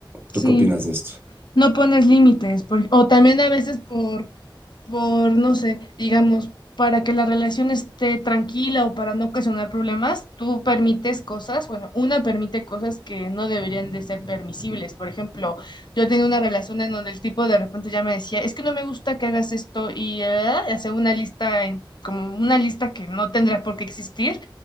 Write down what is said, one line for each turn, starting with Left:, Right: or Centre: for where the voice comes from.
Right: ¿Tú
Left: sí.
Right: qué opinas de esto?
Left: no pones límites, por- o también a veces por, por, no sé, digamos, para que la relación esté tranquila o para no ocasionar problemas, tú permites cosas, bueno, una permite cosas que no deberían de ser permisibles. Por ejemplo, yo tenía una relación en donde el tipo de repente ya me decía, es que no me gusta que hagas esto y eh, hace una lista, en- como una lista que no tendría por qué existir.